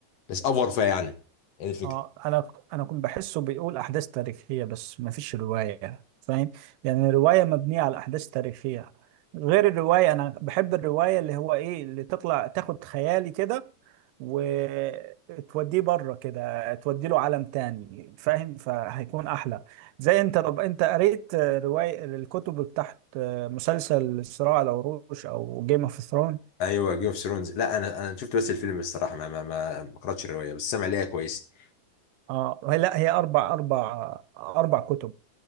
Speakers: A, on the left; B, on the right.
A: بس أفور فيها يعني هي دي الفكرة
B: اه انا انا كنت بحسه بيقول احداث تاريخيه بس ما فيش روايه فاهم يعني الروايه مبنيه على احداث تاريخيه غير الروايه انا بحب الروايه اللي هو ايه اللي تطلع تاخد خيالي كده وتوديه بره كده تودي له عالم تاني فاهم فهيكون احلى زي انت طب انت قريت روايه الكتب بتاعت مسلسل صراع العروش او جيم اوف ثرون
A: ايوه جيم اوف ثرونز لا انا انا شفت بس الفيلم الصراحه ما ما ما ما قراتش الروايه بس سامع ليها كويس
B: اه هي- لا هي اربع اربع اربع كتب